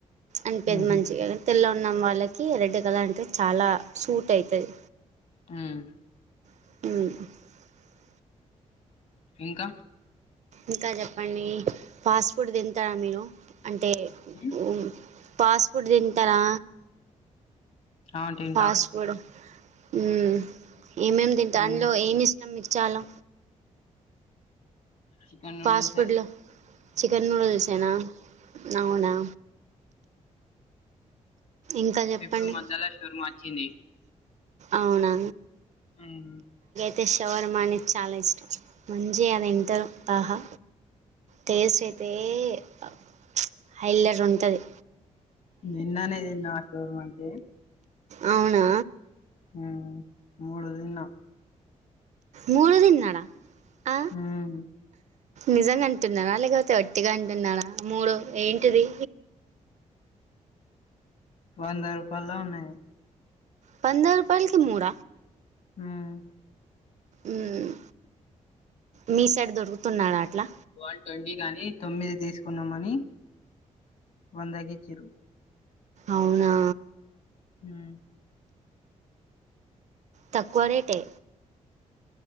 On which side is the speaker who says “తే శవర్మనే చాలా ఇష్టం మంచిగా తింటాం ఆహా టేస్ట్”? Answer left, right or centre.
Right